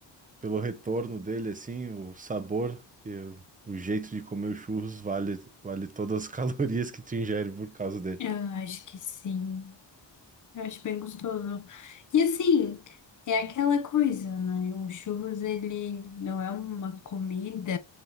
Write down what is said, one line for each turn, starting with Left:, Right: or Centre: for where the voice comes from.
Right: pelo retorno dele, assim, o sabor e o o jeito de comer os churros vale, vale todas as <laughs> calorias que tu ingere por causa dele.
Left: Eu acho que sim. Eu acho bem gostoso. E assim, é aquela coisa, né? O churros, ele não é uma comida